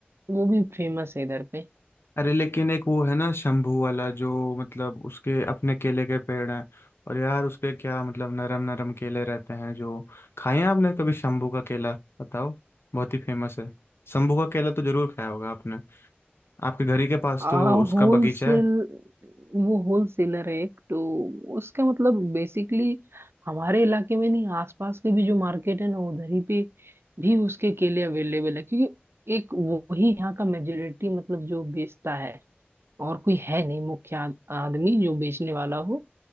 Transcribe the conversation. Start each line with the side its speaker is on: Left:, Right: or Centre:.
Right: वो भी फेमस है इधर पे
Left: अरे लेकिन एक वो है ना शंभू वाला जो मतलब उसके अपने केले के पेड़ हैं और यार उसके क्या मतलब नरम नरम केले रहते हैं जो खाए हैं आपने कभी शंभू का केला बताओ बहुत ही फेमस है शंभू का केला तो जरूर खाया होगा आपने आपके घर ही के पास
Right: आ,
Left: तो उसका
Right: होलसेल
Left: बगीचा है
Right: वो होलसेलर है एक तो उसका मतलब बेसिकली हमारे इलाके में नहीं आसपास के भी जो मार्केट है ना उधर ही पे भी उसके केले अवेलेबल है क्योंकि एक वो ही यहाँ का मेजोरिटी मतलब जो बेचता है और कोई है नहीं मुख्य आद- आदमी जो बेचने वाला हो